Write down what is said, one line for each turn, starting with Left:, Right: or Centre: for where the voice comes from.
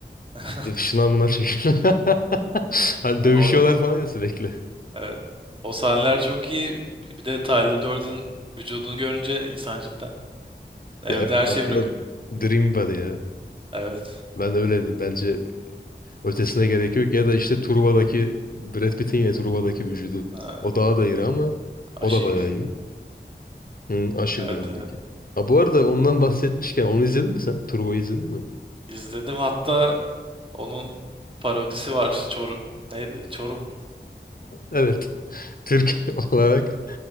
Right: <laughs>
Left: Gidip şınav mınav çekip. <laughs> Hani
Right: Yani
Left: dövüşüyorlar
Right: o,
Left: falan ya sürekli.
Right: evet. o sahneler çok iyi. Bir de Tyler Durden vücudunu görünce insan cidden evde
Left: Ya evet,
Right: her
Left: aslında
Right: şeyi bırakıp
Left: Dream Body ya.
Right: evet.
Left: Ben öyle diyeyim. Bence ötesine gerek yok. Ya da işte Truva'daki Brad Pitt'in ya Truva'daki vücudu.
Right: Ha,
Left: O daha da iri ama o
Right: Aşil.
Left: da bayağı iyi. Hı, Aşil
Right: Evet.
Left: rolündeki.
Right: evet.
Left: Ha bu arada ondan bahsetmişken onu izledin mi sen? Truva'yı izledin mi?
Right: İzledim hatta onun parodisi var. Çorum neydi? Çorum mu?
Left: Evet. <laughs> Türk olarak